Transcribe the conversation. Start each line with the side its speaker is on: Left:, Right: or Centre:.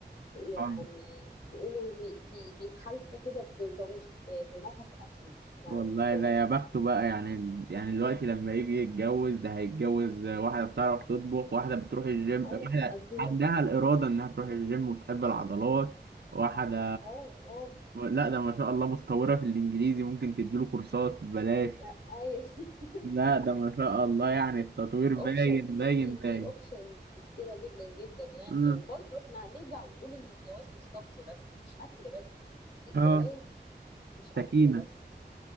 Left: يعني
Right: آه.
Left: بيقولوا بي بي بيتحالفوا كده بطبيخي ب- بنفس اكلي بعمل
Right: والله
Left: ازاي
Right: ده يا بخته بقى يعني يعني دلوقتي لما يجي يتجوز ده هيتجوز واحدة بتعرف تطبخ واحدة بتروح الجيم
Left: اه
Right: واحدة
Left: قصدي
Right: عندها
Left: اه
Right: الإرادة إنها تروح الجيم وبتحب العضلات واحدة
Left: اه
Right: لا ده ما شاء الله متطورة في الإنجليزي ممكن تديله كورسات ببلاش
Left: آه، اي <laughs>
Right: لا ده ما شاء الله يعني التطوير باين
Left: اوبشنز
Right: باين
Left: في
Right: باين
Left: في اوبشنز كتيره جدا جدا يعني
Right: مم.
Left: وبرضه احنا هنرجع ونقول ان الجواز مش طبخ بس مش اكل بس الجواز
Right: اه
Left: مش اكل
Right: سكينة
Left: بس